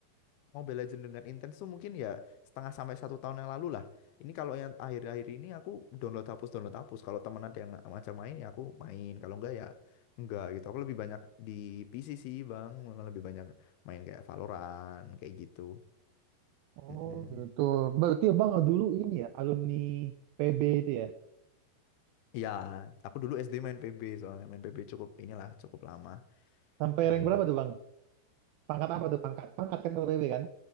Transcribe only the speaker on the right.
Oh
gitu. Berarti abang dulu ini ya alumni PB itu ya.
Sampai
rank berapa tuh bang? Pangkat apa tuh pangkat? Pangkat kan kalau PB kan?